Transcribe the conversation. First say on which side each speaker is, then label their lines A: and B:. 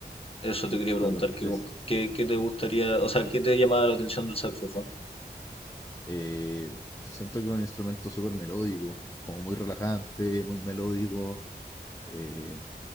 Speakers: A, on the left; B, on the left.
A: eso te quería preguntar,
B: perdón,
A: ¿qué,
B: es,
A: qué, qué te gustaría, o sea, qué te llamaba la atención del saxofón?
B: eh, siento que es un instrumento súper melódico, como muy relajante, muy melódico, eh,